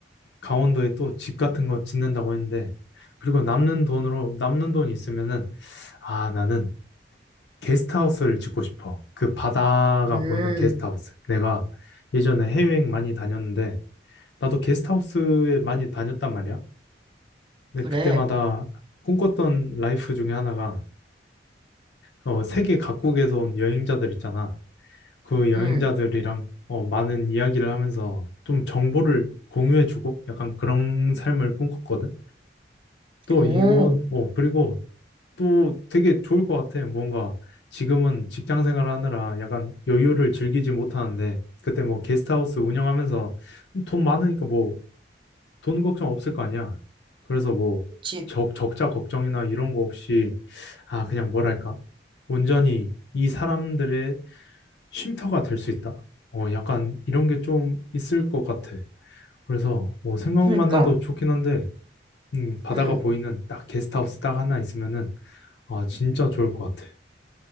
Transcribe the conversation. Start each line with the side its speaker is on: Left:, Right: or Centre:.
Left: 강원도에 또 집 같은 거 짓는다고 했는데, 그리고 남는 돈으로, 남는 돈이 있으면은, 아, 나는 게스트하우스를 짓고 싶어. 그 바다가
Right: 음,
Left: 보이는 게스트하우스. 내가 예전에 해외여행 많이 다녔는데, 나도 게스트하우스에 많이 다녔단 말이야. 근데
Right: 그래,
Left: 그때마다 꿈꿨던 라이프 중에 하나가, 어, 세계 각국에서 온 여행자들 있잖아. 그 여행자들이랑,
Right: 음,
Left: 어, 많은 이야기를 하면서 좀 정보를 공유해주고, 약간 그런 삶을 꿈꿨거든. 또
Right: 오,
Left: 이거, 어, 그리고 또 되게 좋을 것 같아. 뭔가 지금은 직장 생활하느라 약간 여유를 즐기지 못하는데 그때 뭐 게스트하우스 운영하면서 돈 많으니까 뭐 돈 걱정 없을 거 아니야. 그래서 뭐
Right: 그치.
Left: 적, 적자 걱정이나 이런 거 없이 아 그냥 뭐랄까 온전히 이 사람들의 쉼터가 될 수 있다. 어 약간 이런 게 좀 있을 것 같아. 그래서 뭐 생각만
Right: 그니까,
Left: 해도 좋긴 한데 음, 바다가
Right: 음,
Left: 보이는 딱 게스트하우스 딱 하나 있으면은 아 진짜 좋을 것 같아.